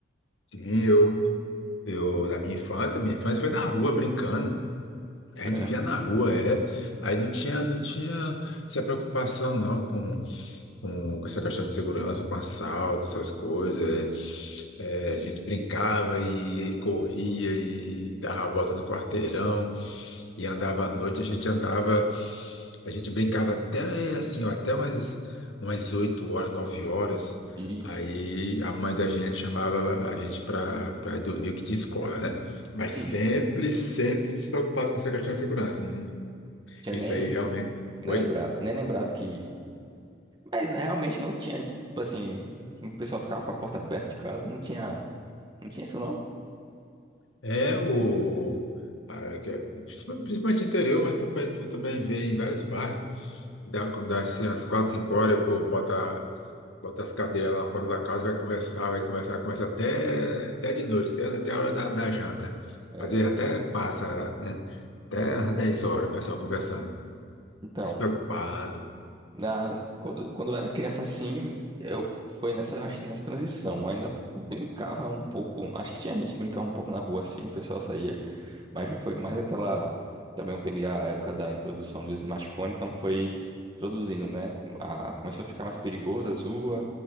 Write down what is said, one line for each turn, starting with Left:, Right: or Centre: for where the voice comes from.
Left: Sim, eu, eu, da minha infância, minha infância foi na rua brincando. A
Right: Foi,
Left: gente
Right: né?
Left: vivia na rua, é. Aí não tinha, não tinha essa preocupação não com, com, com essa questão de segurança, com assalto, essas coisas. É, É, a gente brincava e, corria e dava a volta no quarteirão e andava à noite. A gente andava. A gente brincava até eh, assim, ó, até umas umas 8 horas, 9 horas.
Right: E
Left: Aí a mãe da gente chamava a gente para para ir dormir, que tinha escola, né? Mas
Right: hum,
Left: sempre, sempre se preocupava com essa questão de segurança. Hum,
Right: tinha
Left: Isso
Right: nem
Left: aí realmente. Oi?
Right: lembrava, nem lembrava que. Mas realmente não tinha, tipo assim, o pessoal ficava com a porta aberta de casa, não tinha, não tinha isso não.
Left: É o. a- que é- Principalmente interior, mas tu, tu também vê em vários bairros. Dá, quando dá assim, às quatro, cinco horas, o povo bota Bota as cadeiras lá na porta da casa, vai conversar, vai conversar, conversa até, até de noite, até, até a hora da, da janta.
Right: É,
Left: Às vezes até passa, né? Até às 10 horas, o pessoal conversando,
Right: então,
Left: despreocupado.
Right: Na, quando, quando eu era criança assim, eu foi nessa, acho que nessa transição. Eu ainda brincava um pouco. Acho que tinha gente que brincava um pouco na rua assim, o pessoal saía, mas já foi mais aquela. Também eu peguei a época da introdução do smartphone, então foi introduzindo, né? A- começou a ficar mais perigoso as ruas,